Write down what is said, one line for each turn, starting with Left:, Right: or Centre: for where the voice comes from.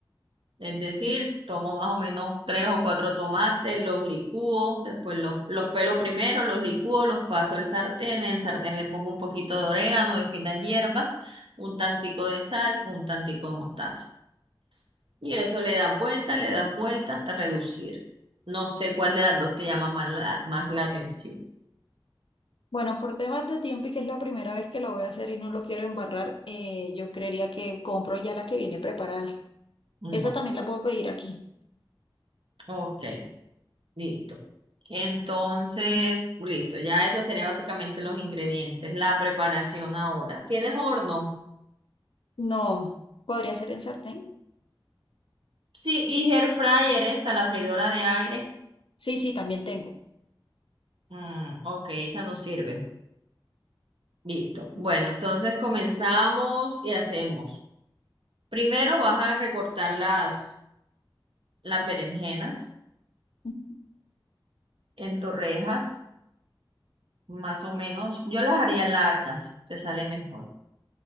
Right: Es decir,
Left: Ujú.
Right: tomo más o menos tres o cuatro tomates, los licúo, después los, los pelo primero, los licúo, los paso al sartén. En el sartén le pongo un poquito de orégano, de finas hierbas, un tantico de sal, un tantico de mostaza. Y eso le dan vuelta, le dan vuelta hasta reducir. No sé cuál de las dos te llama más la, más la atención.
Left: Bueno, por temas de tiempo y que es la primera vez que la voy a hacer y no lo quiero embarrar, eh, yo creería que compro ya la que viene preparada.
Right: Bueno,
Left: Esa también la puedo pedir aquí.
Right: ok, listo. Entonces, listo, ya eso sería básicamente los ingredientes, la preparación ahora. ¿Tienes horno?
Left: No, podría ser en sartén.
Right: Sí, y air fryer esta, la freidora de aire.
Left: Sí, sí, también tengo.
Right: Mm, ok, esa nos sirve. Listo.
Left: Listo.
Right: Bueno, entonces comenzamos y hacemos. Primero vas a recortar las, las berenjenas
Left: Ujú.
Right: en torrejas. más o menos. Yo las haría largas, te sale mejor.